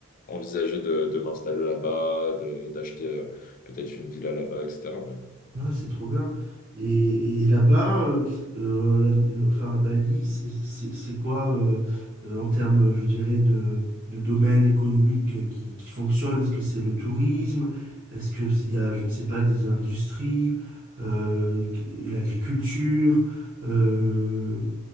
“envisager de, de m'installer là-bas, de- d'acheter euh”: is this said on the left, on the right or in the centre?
Left